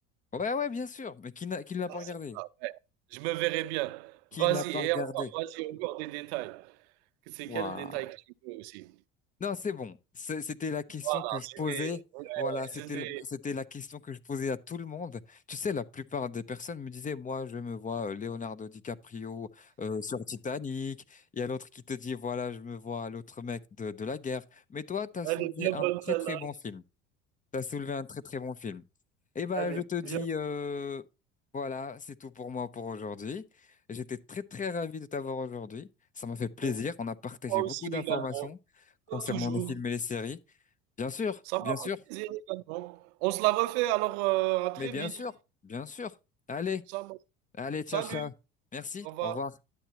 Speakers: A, on the left; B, on the right.
A: Ouais, ouais, bien sûr. Mais qui n'a, qui ne l'a
B: Vas-y.
A: pas regardé?
B: Je me verrai bien.
A: Qui
B: Vas-y,
A: ne l'a pas
B: et
A: regardé?
B: encore, vas-y, encore des détails. C'est
A: Waouh.
B: quel détail que tu veux aussi?
A: Non, c'est bon. C'est- C'était la question
B: Voilà,
A: que je
B: c'était,
A: posais.
B: ouais,
A: Voilà, c'était,
B: c'était
A: c'était la question que je posais à tout le monde. Tu sais, la plupart des personnes me disaient, moi, je me vois euh, Leonardo DiCaprio euh, sur Titanic. Il y a l'autre qui te dit, voilà, je me vois l'autre mec de, de la guerre. Mais toi, t'as
B: Elle
A: soulevé
B: est bien
A: un
B: bonne
A: très,
B: celle-là.
A: très bon film. T'as soulevé un très très bon film. Eh ben,
B: Elle
A: je
B: est
A: te dis,
B: bien
A: euh, voilà, c'est tout pour moi pour aujourd'hui. J'étais très très ravi de t'avoir aujourd'hui. Ça m'a fait plaisir.
B: bonne.
A: On a partagé
B: Moi aussi
A: beaucoup d'informations
B: également,
A: concernant
B: comme toujours.
A: les films et les séries. Bien sûr,
B: Ça
A: bien
B: m'a
A: sûr,
B: fait plaisir également. On se la refait, alors euh, à très
A: mais bien
B: vite.
A: sûr, bien sûr. Allez,
B: Ça, m'a-
A: allez, ciao,
B: salut,
A: ciao. Merci,
B: au revoir.
A: au revoir.